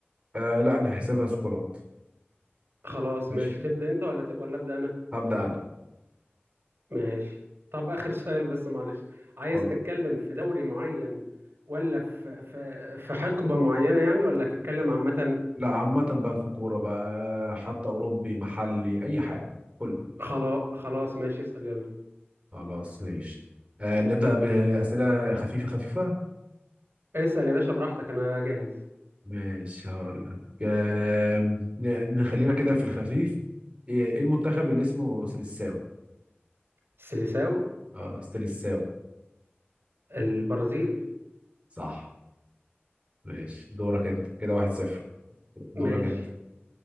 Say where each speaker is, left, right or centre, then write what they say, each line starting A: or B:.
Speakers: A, on the right (about 30°); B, on the right (about 65°).
A: آه لا نحسبها سكورات
B: خلاص
A: ماشي
B: ماشي تبدأ انت ولا ت... ولا أبدأ انا
A: هبدأ انا
B: ماشي طب آخر <laughs> سؤال بس معلش عايز
A: اتفضل
B: تتكلم في دوري معين ولا في في في حقبة معينة يعني ولا هتتكلم عامة
A: لا عامة بقى في الكورة بقى حتى اوروبي محلي اي حاجة كله
B: خلاص خلاص ماشي اسأل يلا
A: خلاص ماشي آه نبدأ بأسئلة خفيفة خفيفة
B: اسأل يا باشا براحتك انا جاهز
A: ماشي هقول لك آه ن- نخلينا كده في الخفيف ايه إيه المنتخب اللي اسمه سيلساو؟
B: السيليساو
A: اه استلساو
B: البرازيل
A: صح ماشي دورك انت كده واحد صفر دورك
B: ماشي
A: انت